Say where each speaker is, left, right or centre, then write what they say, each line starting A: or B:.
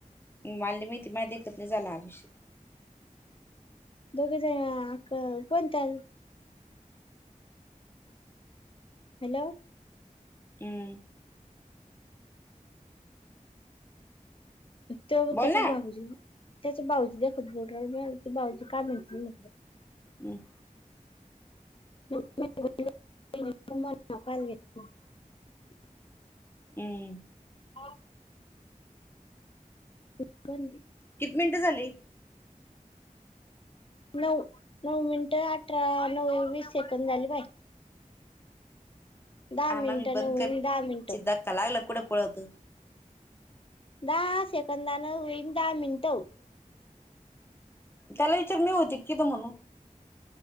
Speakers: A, on the left; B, on the left.
A: मालानी माहिती माझ्या देखत नाही झाला आ विषय.
B: दोघ जण कोणतंल हॅलो
A: हम्म
B: तो बघ
A: बोल
B: तेच्या
A: ना
B: <unintelligible> त्याचे भाऊजी देखत बोल मिळालं त भाऊजी का म्हणतील.
A: हम्म
B: <unintelligible>
A: हम्म
B: हो. <unintelligible>
A: किती मिनिटं झाली.
B: नऊ नऊ मिनट अठरा नऊ वीस सेकड झाली बाई. दहा
A: आणा
B: मिनट
A: मी
B: न
A: बंद
B: होईन
A: कर
B: दहा मिनट.
A: धक्का लागला कुठं पळत
B: दहा सेकंदान होईन दहा मिनटं.
A: चला विचार मी होते किथं म्हणून.